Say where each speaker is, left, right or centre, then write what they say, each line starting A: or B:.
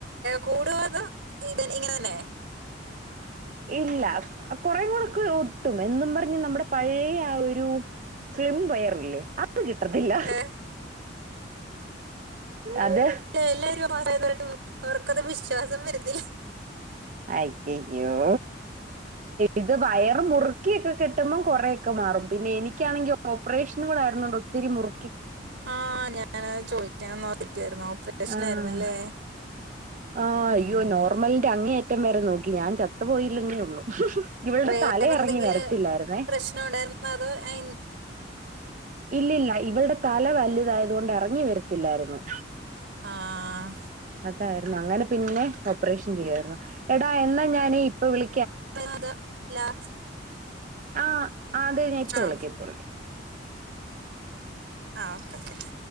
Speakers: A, on the right; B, on the right.
A: കൂടോ അത് ഇത ഇങ്ങനെല്ലെ
B: ഇല്ല കുറെ കൂടെക്ക് ഒട്ടും എന്നും പറഞ്ഞ് നമ്മുടെ പഴയ ആ ഒരു സ്ലിം വയറല്ലേ അത് കിട്ടത്തില്ല
A: ഏ
B: അതെ
A: ഇല്ല എല്ലാരും ആസായതായിട്ട് അവർക്കത് വിശ്വാസം വരത്തില്ല
B: അയ്യയ്യോ ഇത് വയറ് മുറുക്കിയക്കെ കെട്ടുമ്പോം കുറേക്കെ മാറും പിന്നെ എനിക്കാണെങ്കിൽ ഓപ്പറേഷന കൂടെ ആരുന്നുണ്ട് ഒത്തിരി മുറു
A: ആഹ ഞാൻ ചോദിക്കാട്ടായിരുന്ന ഓപ്പറേഷന
B: ആഹ്
A: ആയിരുന്നല്ലേ
B: ആഹ്
A: ഉം
B: അയ്യോ നോർമലിന്റെ അങ്ങേയറ്റം വരെ നോക്കി ഞാൻ ചത്തു പോയില്ലന്നെ ഉള്ളു ഇവളുടെ
A: വേറെന്തെങ്കിലും
B: തലയിറങ്ങി വരത്തില്ലായിരുന്നേ
A: പ്രശ്നം ഉണ്ടായിരുന്നോ അതോ അയിൻ-
B: ഇല്ലല്ല ഇവളടെ തല വലുതായത കൊണ്ട് ഇറങ്ങി വരത്തില്ലായിരുന്നു
A: ആഹ
B: അതായിരുന്നു അങ്ങനെ പിന്നെ ഓപ്പറേഷൻ ചെയതായിരുന്നു എടാ എന്നാ ഞാൻ ഇപ്പ വിള
A: <unintelligible> ലാസ്
B: ആഹ അത ഞാൻ ഇപ്പൊ
A: ആ
B: വിളിക്ക ഇപ്പൊ വിളിക്ക
A: ആഹ ഓക്കെ ഓക്കെ